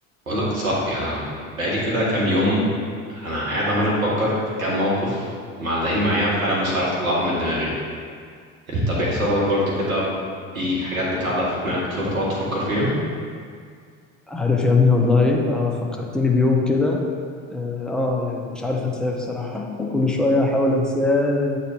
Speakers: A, on the right; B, in the centre.
A: بقول لك يا صاحبي انا بقالي كده كام يوم انا قاعد عمال افكر في كام موقف معلقين معايا فعلا مش عارف اطلعهم من دماغي انت بيحصل لك برضو كده في حاجات بتعلق في دماغك وتفضل تقعد تفكر فيها
B: عارف يا ابني والله ايه اه فكرتني بيوم كده اه آه، يعني مش عارف انساه بصراحة كل شوية احاول انساه